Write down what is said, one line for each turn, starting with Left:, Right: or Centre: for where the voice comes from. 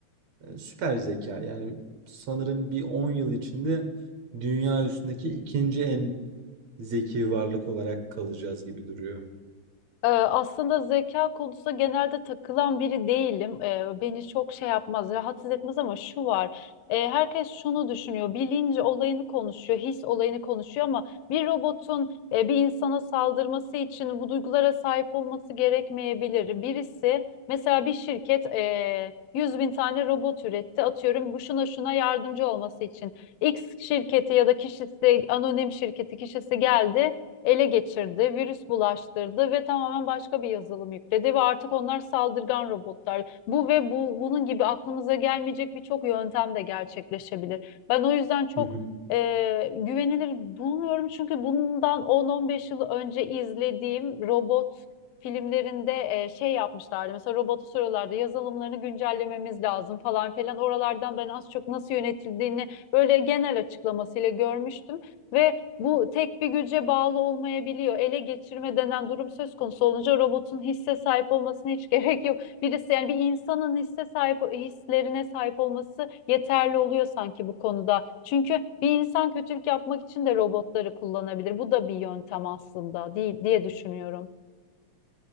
Right: e, süper zeka. Yani sanırım bir 10 yıl içinde dünya üstündeki ikinci en zeki varlık olarak kalacağız gibi duruyor.
Left: Ee, Aslında zeka konusunda genelde takılan biri değilim. Ee, Beni çok şey yapmaz, rahatsız etmez ama şu var. Ee, Herkes şunu düşünüyor. Bilinç olayını konuşuyor, his olayını konuşuyor ama bir robotun e, bir insana saldırması için bu duygulara sahip olması gerekmeyebilir. Birisi mesela bir şirket e, 100 bin tane robot üretti. Atıyorum bu şuna şuna yardımcı olması için. X şirketi ya da kişisi anonim şirketi kişisi geldi ele geçirdi, virüs bulaştırdı ve tamamen başka bir yazılım yükledi ve artık onlar saldırgan robotlar. Bu ve bu bunun gibi aklımıza gelmeyecek birçok yöntem de gerçekleşebilir. Ben o yüzden çok
Right: Hı hı.
Left: e, güvenilir bulmuyorum çünkü bundan 10-15 yıl önce izlediğim robot filmlerinde e, şey yapmışlardı. Mesela robotu soruyorlardı yazılımlarını güncellememiz lazım falan filan. Oralardan ben az çok nasıl yönetildiğini böyle genel açıklamasıyla görmüştüm ve bu tek bir güce bağlı olmayabiliyor. Ele geçirme denen durum söz konusu olunca robotun hisse sahip olmasına hiç <laughs> gerek yok. Birisi yani bir insanın hisse sahip hislerine sahip olması yeterli oluyor sanki bu konuda. Çünkü bir insan kötülük yapmak için de robotları kullanabilir. Bu da bir yöntem aslında değil diye düşünüyorum.